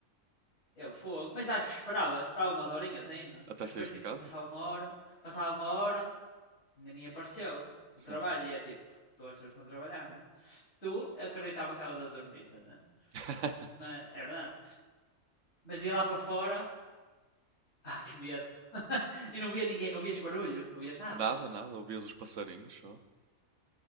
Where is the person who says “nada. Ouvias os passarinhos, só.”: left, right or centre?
Right